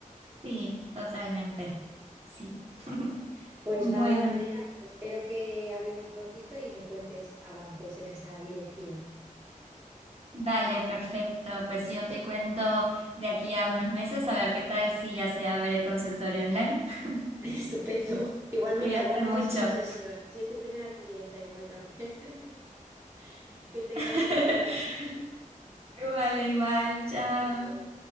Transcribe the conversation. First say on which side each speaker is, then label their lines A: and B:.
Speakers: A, on the right; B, on the right.
A: Sí, totalmente. Sí. <laughs>
B: Pues
A: Bueno,
B: nada, Andrea, espero que hablemos prontito y me cuentes avances en esa dirección.
A: vale, perfecto. Pues yo te cuento de aquí a unos meses a ver qué tal si ya se abre el consultorio online. <laughs>
B: <laughs> Estupendo. Igual, mira,
A: Cuídate
B: igual me
A: mucho.
B: haces una sesión. Soy tu primera clienta igual también. <laughs> Que tengas
A: <laughs>
B: buen día. <laughs>
A: Vale, igual, chao.
B: Chao.